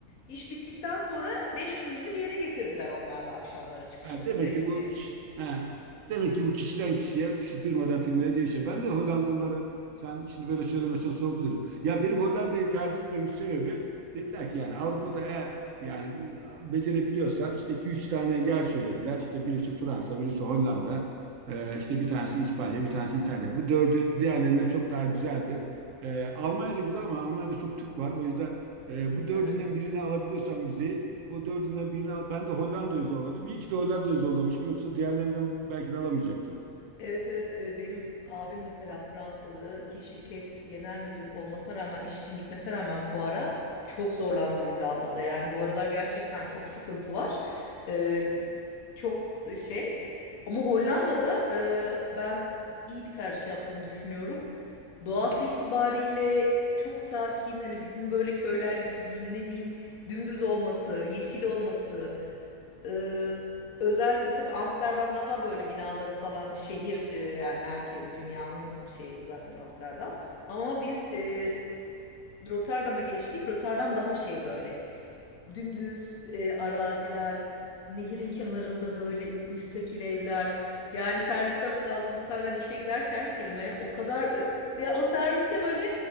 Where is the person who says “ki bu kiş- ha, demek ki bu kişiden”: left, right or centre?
Right